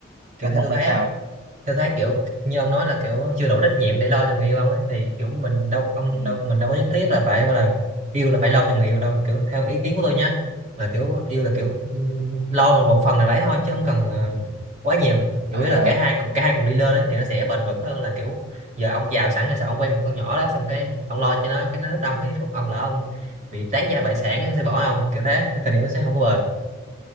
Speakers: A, on the right (about 40°); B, on the right (about 55°).
A: kiểu
B: ông
A: theo
B: ông
A: tôi thấy
B: thấy sao
A: á tôi thấy kiểu như ông nói là kiểu chưa đủ trách nhiệm để lo cho người yêu ông ấy thì kiểu mình đâu ông
B: Ừ.
A: đâu mình đâu có nhất thiết là phải gọi là yêu là phải lo cho người yêu đâu kiểu theo ý kiến của tôi nhá là kiểu yêu là kiểu ừm, lo một một phần nào đấy thôi chứ không cần ờ, quá nhiều chủ
B: à
A: yếu là cả hai cùng cả hai cùng đi lên ấy, thì nó sẽ bền vững hơn là kiểu giờ ông giàu sẵn rồi sao ông quen một con nhỏ đó xong cái ông lo cho nó cái nó thích ông cái lúc ông lỡ ông bị tán gia bại sản nó sẽ bỏ ông kiểu thế nên tình yêu sẽ không có bền